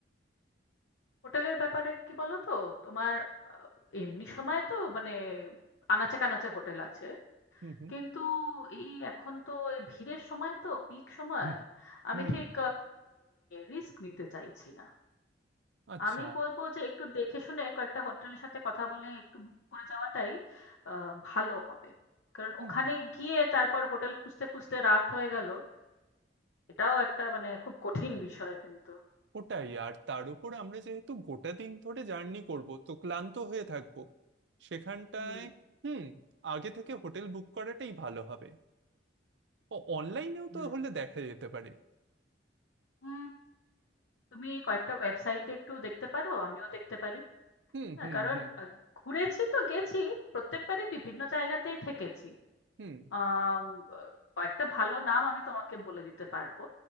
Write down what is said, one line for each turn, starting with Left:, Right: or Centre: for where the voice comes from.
Left: হোটেলের ব্যাপারে কি বলো তো তোমার আহ, এমনি সময় তো মানে আনাচে কানাচে হোটেল আছে
Right: হুম হুম
Left: কিন্তু এই এখন তো এই ভিড়ের সময় তো পিক সময়
Right: হুম
Left: আমি
Right: হুম,
Left: ঠিক রিস্ক নিতে চাইছি না
Right: আচ্ছা
Left: আমি বলবো যে একটু দেখে শুনে কয়েকটা হোটেলের সাথে কথা বলে একটু বুক করে যাওয়াটাই আহ, ভালো হবে কারণ
Right: হুম
Left: ওখানে
Right: হুম।
Left: গিয়ে তারপর হোটেল খুঁজতে খুঁজতে রাত হয়ে গেল এটাও একটা মানে খুব কঠিন বিষয় কিন্তু
Right: ওটাই আর তার উপর আমরা যেহেতু গোটা দিন ধরে জার্নি করব তো ক্লান্ত হয়ে থাকবো সেখানটায়
Left: হুম
Right: হুম আগে থেকে হোটেল বুক করাটাই ভালো হবে ও অনলাইনেও তো
Left: হুম
Right: হলে দেখা যেতে পারে
Left: হুম, তুমি কয়েকটা ওয়েবসাইটে একটু দেখতে পারো আমিও দেখতে পারি
Right: হুম
Left: হ্যাঁ
Right: হুম
Left: কারণ
Right: হুম
Left: আহ, ঘুরেছি তো গেছি প্রত্যেকবারই বিভিন্ন জায়গাতেই থেকেছি
Right: হুম
Left: আম, কয়েকটা ভালো নাম আমি তোমাকে বলে দিতে পারবো